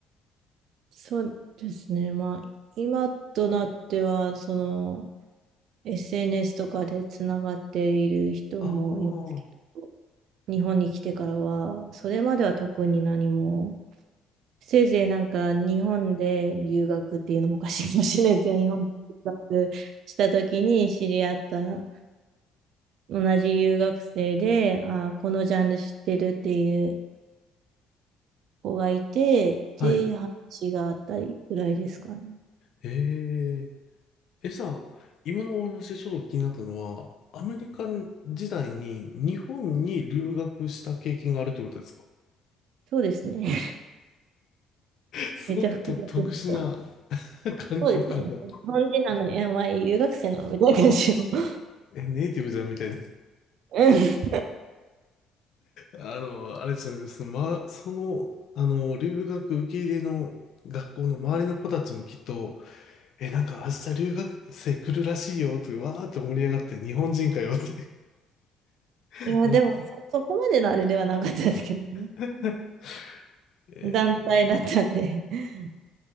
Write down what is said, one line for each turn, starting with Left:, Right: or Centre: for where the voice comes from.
Right: そうですね。まあ、今となっては、その、SNS とかでつながっている人もいますけ
Left: ああー、
Right: ど、日本に来てからは、それまでは特に何も、せいぜいなんか日本で留学っていうのもおかしいかもしれないですけど、日本で留学した時に知り合った同じ留学生で、あー、このジャンル知ってるっていう子がいて、
Left: はい。
Right: で、話があったりぐらいですかね。
Left: えー、え、さ、今のお話ちょっと気になったのは、アメリカ時代に日本に留学した経験があるってことですか
Right: そうですね。<laughs>
Left: すごくと特殊な
Right: めっちゃ複雑ですよ。
Left: <laughs> 環境下だと。
Right: そうですよね。日本人なのに、え、お前留学生なのみたいな感じの。<laughs>
Left: え、ネイティブじゃんみたいな。
Right: うん
Left: あの、あれですよね、その、ま、その、あの、留学受け入れの学校の周りの子たちもきっと、え、なんか明日留学生来るらしいよって、わーって盛り上がって、日本人かよって <laughs>
Right: いや、
Left: なっ
Right: でもそ、そこまでのあれではなかったですけどね。
Left: て、えー
Right: 団体だったんで。<laughs>